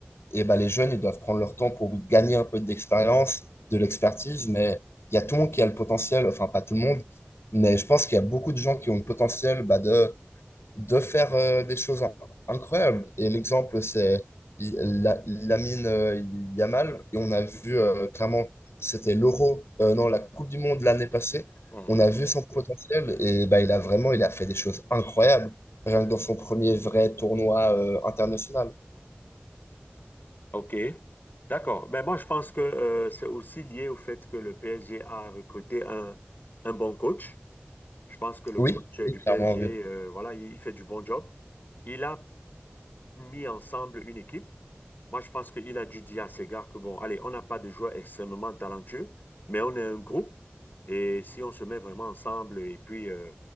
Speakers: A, on the left; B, on the left.
A: et ben, les jeunes, ils doivent prendre leur temps pour gagner un peu d'expérience, de l'expertise, mais il y a tout le monde qui a le potentiel, enfin pas tout le monde, mais je pense qu'il y a beaucoup de gens qui ont le potentiel bah, de, de faire euh, des choses in- incroyables. Et l'exemple, c'est il- la, Lamine euh, Yamal, et on a vu euh, clairement, c'était l'Euro, euh, non, la Coupe du Monde l'année passée,
B: mmh.
A: on a vu son potentiel, et bah, il a vraiment, il a fait des choses incroyables, rien que dans son premier vrai tournoi euh, international.
B: OK. D'accord. Mais moi, je pense que euh, c'est aussi lié au fait que le PSG a recruté un, un bon coach. Je pense que le
A: Oui,
B: coach du
A: oui, clairement,
B: PSG,
A: oui.
B: euh, voilà, il, il fait du bon job. Il a mis ensemble une équipe. Moi, je pense qu'il a dû dire à ses gars que, bon, allez, on n'a pas de joueurs extrêmement talentueux, mais on est un groupe. Et si on se met vraiment ensemble et puis euh,